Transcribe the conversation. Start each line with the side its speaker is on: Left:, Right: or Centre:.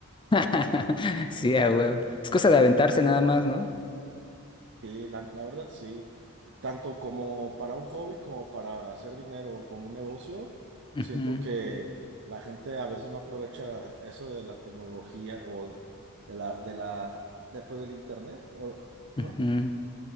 Left: <laughs> Sí, a huevo. Es cosa de aventarse nada más, ¿no?
Right: Sí, la, la verdad sí. Tanto como para un hobby como para hacer dinero, como un negocio,
Left: Ujú,
Right: siento que la gente a veces no aprovecha eso de la tecnología o de la, de la, después del internet, o, ¿no?
Left: ujú.